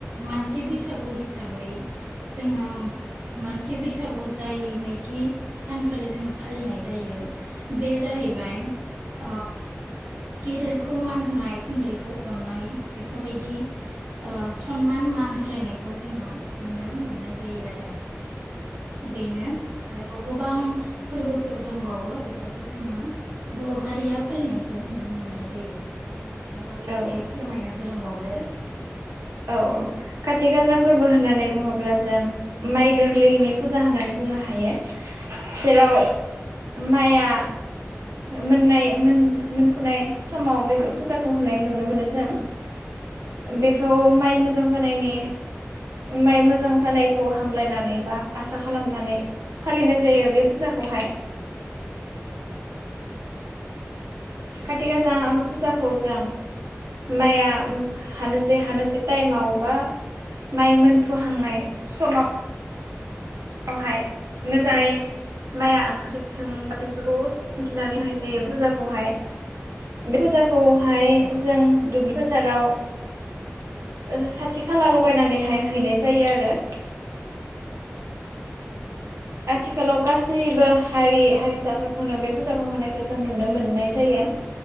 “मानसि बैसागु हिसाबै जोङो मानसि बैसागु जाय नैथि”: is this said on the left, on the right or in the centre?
Right